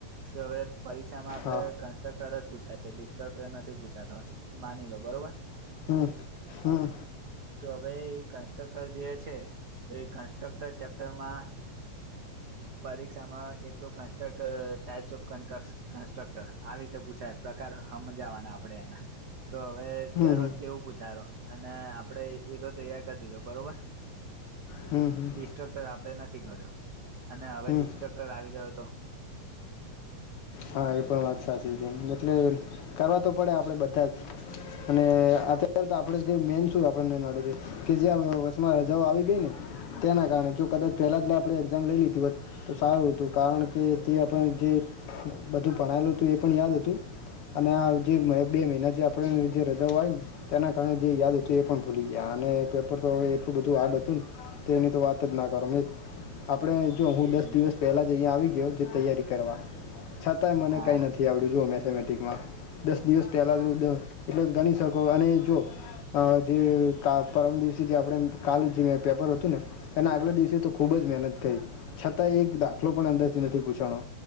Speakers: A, on the right (about 80°); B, on the left (about 65°).
A: તો હવે પરીક્ષામાં આપડે
B: હા
A: કન્સ્ટ્રક્ટર જ પૂછાય છે, ડિસ્ટર્બ નથી પૂછાતો માની લો બરોબર
B: હા હા
A: તો હવે એ કન્સ્ટ્રક્ટર જે છે તો એ કન્સ્ટ્રક્ટર ચેપ્ટરમાં પરીક્ષામાં એટલું કન્સ્ટર ટાઈપ્સ ઓફ કન્ટ્રક્ટ. કન્સ્ટ્રક્ટર આવી રીતે પૂછાય પ્રકાર સમજાવાના આપડે એના તો હવે
B: હમ
A: દર વખતે એવું પૂછાયો અને આપડે એ તો તૈયાર કરી દીધો બરોબર
B: હમ હમ
A: ડિસ્ટ્રક્ટર આપણે નથી કર્યો. અને હવે
B: હમ
A: ડિસ્ટ્રક્ટર આવી ગયો તો
B: હા એ પણ વાત સાચી છે. એમ એટલે કરવા તો પડે આપણે બધાં જ. અને અત્યારે તો આપણે જે મેન શું આપણને નડે છે. કે જે આ વચમાં રજાઓ આવી ગઈ ને તેના કારણે જો કદાચ પેલા જ આપણે એક્ઝામ લઈ લીધી હોત તો સારું હતું કારણ કે તે આપણને જે બધું ભણાયેલું હતું એ પણ યાદ હતું. અને આજે બે મહિના જે આપણે જે રજાઓ આઈ ન તેના કારણે જે યાદ હતું એ પણ ભૂલી ગયા. અને પેપર તો હવે એટલું બધું હાર્ડ હતું ન. તેની તો વાત જ ના કરો. મેં આપણે જો હું
A: એજ
B: દસ દિવસ
A: ને
B: પહેલા જ અહીંયા આવી ગયો કે તૈયારી કરવા. છતાંય મને
A: હા
B: કંઈ નથી આવડ્યું જુઓ મેથેમેટિકમાં દસ દિવસ પહેલા તો દ એટલો જ ગણી શકો અને જો અ જે કા પરમ દિવસે જે આપડે કાલુ જે પેપર હતું ને એના આગલા દિવસે તો ખુબ જ મહેનત કરી. છતાંય એક દાખલો પણ અંદરથી નથી પૂછાણો.